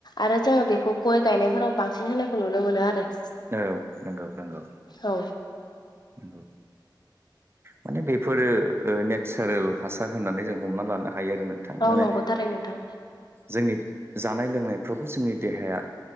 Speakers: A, on the left; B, on the right.
A: आरो जोङो बेखौ गय गायनायफोराव बांसिन होनायखौ नुनो मोनो आरो
B: औ नंगौ नंगौ
A: औ
B: नंगौ माने बेफोरो नेचारेल हासार होननानै जों हमना लानो ह हायो आरो नोंथां
A: औ
B: माने
A: नंगौ थारैनो नोंथां
B: जोंनि जानाय लोंनायफ्रावबो जोंनि देहाया